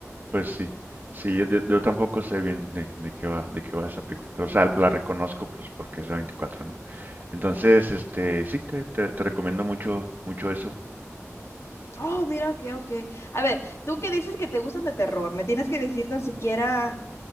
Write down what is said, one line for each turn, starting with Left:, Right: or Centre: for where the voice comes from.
Right: Pues sí. Sí, yo, yo- yo tampoco sé bien de, de qué va, de qué va esa película. Pero, o sea, la reconozco pues porque es la 24, ¿no? Entonces, este, sí, te, te- te recomiendo mucho, mucho eso.
Left: Oh, mira, ok, ok. A ver, tú que dices que te gustan de terror, me tienes que decir tan siquiera